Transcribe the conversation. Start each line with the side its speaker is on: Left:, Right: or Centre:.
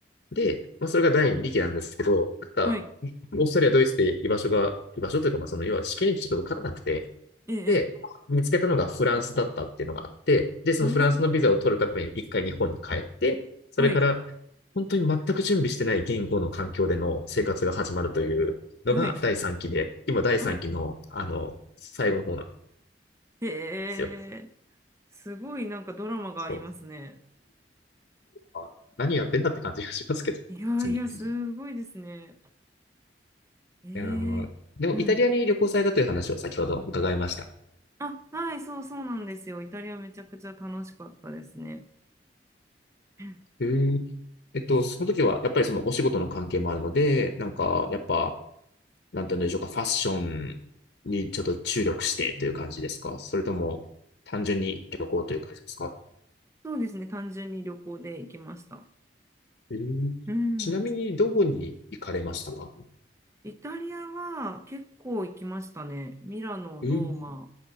Left: で、まあ、それが第二期なんですけど、なんか、
Right: うん。はい。
Left: オーストリア、ドイツで居場所が、居場所というか、まあ、その、要は試験にちょっと受からなくて、
Right: ええ。
Left: で、見つけたのがフランスだったっていうのがあって、で、そのフランスのビザを取るために一回日本に帰って、
Right: おお。
Left: それから本当に全く準備してない言語の環境での生活が始まるというのが第3期で、
Right: はい。はい。
Left: 今第3期の、
Right: はい。
Left: あの、最後の方なんで
Right: ええ。
Left: すよ。
Right: すごいなんかドラマがありますね。
Left: そう。あ何やってんだって感じがしますけど、
Right: いやいや、
Left: 次。い
Right: すごいですね。えー、
Left: やーでも、
Right: うん。
Left: イタリアに旅行されたという話を先ほど伺いました。
Right: あ、はい、そうそうなんですよ。イタリアめちゃくちゃ楽しかったですね。<clears throat>
Left: へーえっと、その時は、やっぱりそのお仕事の関係もあるので、なんか、やっぱ、なんていうんでしょうか、ファッションにちょっと注力してという感じですかそれとも、単純に旅行という感じですか
Right: そうですね、単純に旅行で行きました。
Left: えーちなみに、
Right: うん。
Left: どこに行かれましたか
Right: イタリアは結構行きましたね。ミラノ、
Left: うん
Right: ローマ、